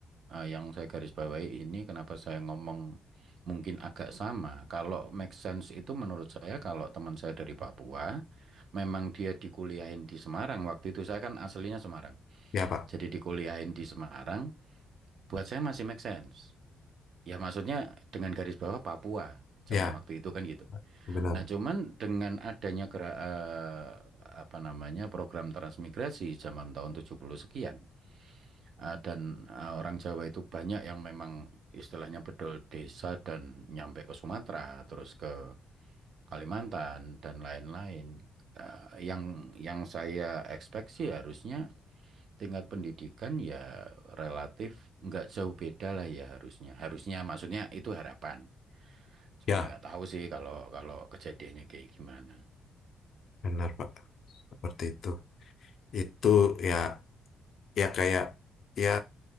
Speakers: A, on the right (about 50°); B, on the left (about 45°).
A: eh, yang saya garis bawahi ini kenapa saya ngomong mungkin agak sama. Kalau make sense itu menurut saya kalau teman saya dari Papua, memang dia dikuliahin di Semarang. Waktu itu saya kan aslinya Semarang.
B: ya Pak
A: Jadi dikuliahin di Semarang, buat saya masih make sense. Ya maksudnya dengan garis bawah Papua zaman
B: ya
A: waktu itu kan gitu.
B: benar
A: Nah cuman dengan adanya gerak, eh, apa namanya program transmigrasi zaman tahun 70 sekian Ah, dan ah, orang Jawa itu banyak yang memang istilahnya bedol desa dan nyampe ke Sumatera, terus ke Kalimantan dan lain-lain. Ah, yang yang saya expect sih harusnya tingkat pendidikan ya relatif nggak jauh beda lah ya harusnya. Harusnya maksudnya itu harapan. Cuman
B: ya
A: ya nggak tahu sih kalau kalau kejadiannya kayak gimana.
B: benar Pak seperti itu itu ya ya kayak ya